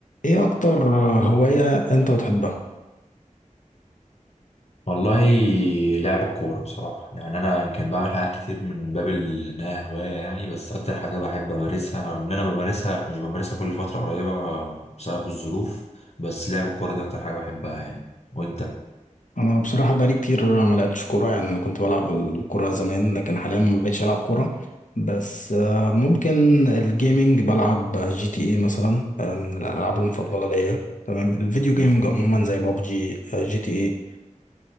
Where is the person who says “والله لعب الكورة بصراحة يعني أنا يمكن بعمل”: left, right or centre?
Left